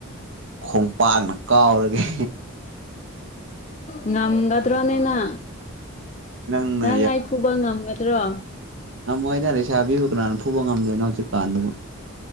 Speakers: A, on the right (about 60°); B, on the left (about 35°).
A: ꯈꯣꯡꯄꯥꯛꯅ ꯀꯥꯎꯔꯒꯦ
B: ꯉꯝꯒ ꯇ꯭ꯔꯅꯦꯅ
A: ꯅꯪꯅ
B: ꯅꯪ ꯑꯩ ꯐꯨꯕ ꯉꯝꯒꯗ꯭ꯔꯣ
A: ꯉꯝꯃꯣꯏꯅ ꯂꯩꯁꯥꯕꯤꯕ ꯀꯅꯥꯅ ꯐꯨꯕ ꯉꯝꯗꯣꯏꯅꯣ ꯍꯧꯖꯤꯛ ꯀꯥꯟꯗꯕꯨ